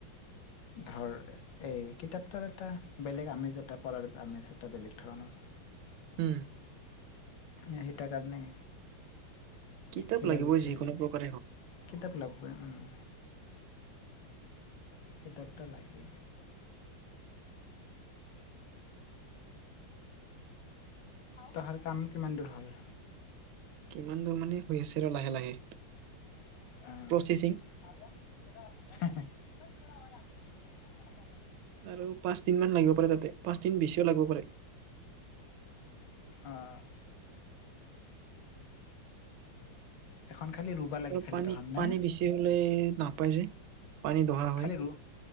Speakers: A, on the left; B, on the right.
A: ধৰ, এই কিতাপ খনৰ এটা বেলেগ আমেজ এটা, পঢ়াৰ আমেজ এটা বেলেগ ধৰণৰ।
B: উম্।
A: এই সেইটো কাৰণে,
B: কিতাপ
A: শিলাৰ
B: লাগিবই,
A: বিষয়ে
B: যিকোনো প্ৰকাৰে হওঁক।
A: কিতাপ লাগিবই উম্, কিতাপটো লাগেই। দহাৰ কাম কিমান দূৰ হ'ল।
B: কিমান দূৰ মানে, হৈ আছে ৰ লাহে লাহে।
A: অ', বছ
B: প্ৰচেচিং
A: থোডা আগে আৰু ফিৰ তোমহে সব সমত আ জায়েগা।
B: আৰু পাঁচদিনমান লাগিব পাৰে তাতে, পাঁচদিন বেছিও লাগিব পাৰে।
A: অ', এখন খালি ৰুবা লাগে খালি
B: পানী,
A: তহাৰ না
B: পানী বেছি হ'লে নাপাই যে। পানী দহা হয়
A: খালি ৰু,